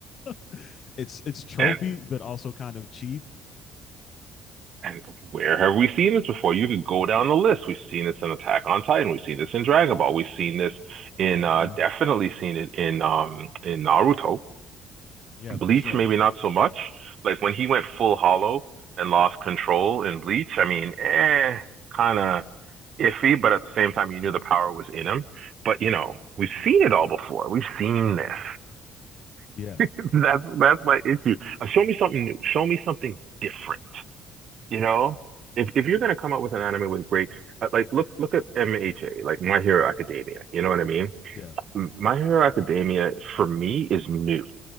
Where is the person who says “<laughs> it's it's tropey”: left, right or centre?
Left